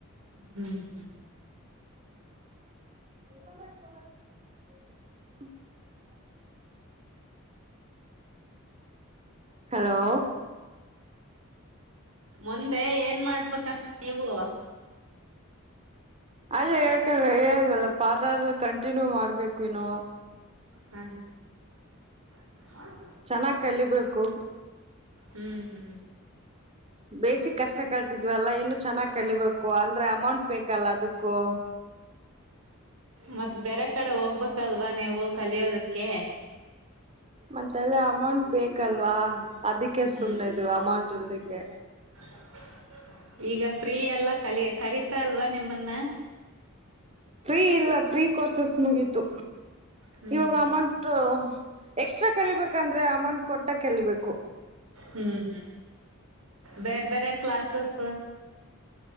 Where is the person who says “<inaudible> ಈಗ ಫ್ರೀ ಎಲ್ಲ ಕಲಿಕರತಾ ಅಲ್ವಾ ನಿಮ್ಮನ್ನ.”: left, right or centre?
Right